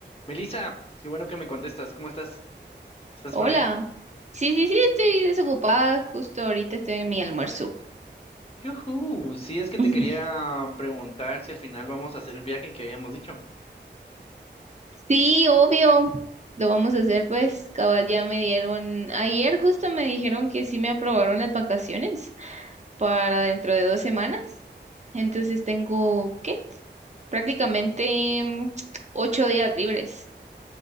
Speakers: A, on the left (about 30°); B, on the right (about 40°).
A: Melissa, qué bueno que me contestas. ¿Cómo estás? ¿Estás
B: Hola.
A: por ahí?
B: Sí, sí, sí, estoy desocupada. Justo ahorita estoy en mi almuerzo.
A: Yujú, sí, es que
B: <laughs>
A: te quería preguntar si al final vamos a hacer el viaje que habíamos dicho.
B: Sí, obvio. Lo vamos a hacer, pues, cabal, ya me dieron, ayer justo me dijeron que sí me aprobaron las vacaciones para dentro de dos semanas. Entonces tengo, ¿qué? Prácticamente mm, ocho días libres.